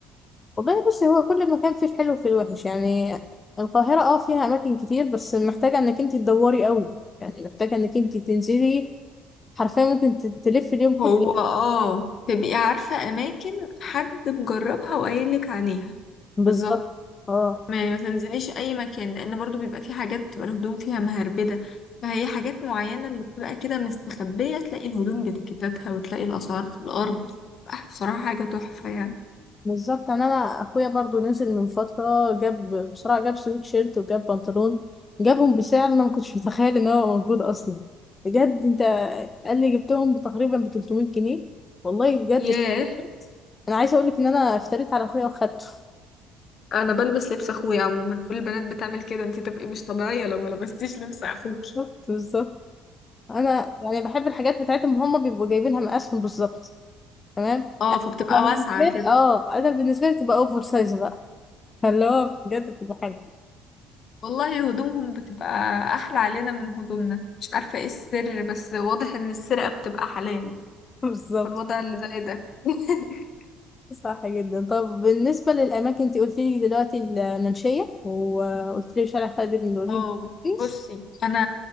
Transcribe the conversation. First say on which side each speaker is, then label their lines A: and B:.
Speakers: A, on the left (about 30°); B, on the left (about 50°).
A: والله بصي هو كل مكان فيه الحلو وفيه الوحش يعني القاهرة اه فيها اماكن كتير بس محتاجة انك انت تدوري قوي يعني محتاجة انك انت تنزلي حرفيا ممكن ت- تلفي اليوم كله
B: هو اه تبقي عارفة أماكن حد مجربها وقايلك عليها
A: بالظبط
B: بالظبط
A: اه
B: يعني ما تنزليش أي مكان لأن برضو بيبقى في حاجات بتبقى الهدوم فيها مهربدة فهي حاجات معينة اللي بتبقى كده مستخبية تلاقي الهدوم بتكتاتها وتلاقي الأسعار في الأرض آه، بصراحة حاجة تحفة يعني
A: بالظبط يعني انا اخويا برضو نزل من فتره جاب بسرعه جاب سويت شيرت وجاب بنطلون جابهم بسعر انا ما كنتش متخيل ان هو موجود اصلا بجد انت قال لي جبتهم تقريبا ب 300 جنيه والله بجد
B: ياه
A: استغربت. انا عايزه اقول لك ان انا افتريت على اخويا واخدته
B: أنا بلبس لبس أخويا عموما كل البنات بتعمل كده انتي تبقي مش طبيعية لو ما لبستيش لبس أخوكي
A: <laughs> بالظبط انا يعني بحب الحاجات بتاعتهم هم بيبقوا جايبينها مقاسهم بالظبط تمام
B: اه
A: أنا
B: فبتبقى
A: بتبقى بالنسبه
B: واسعة كده
A: لي اه انا بالنسبه لي بتبقى اوفر سايز بقى فاللي هو بجد بتبقى حلوه
B: والله هدومهم بتبقى احلى علينا من هدومنا مش عارفة ايه السر بس واضح ان السرقة بتبقى حلال
A: <laughs> بالظبط
B: في الوضع اللي زي ده <laughs>
A: صح جدا طب بالنسبة للأماكن أنت قلت لي دلوقتي المنشية وقلت لي شارع خالد بن الوليد
B: اه بصي
A: بس
B: انا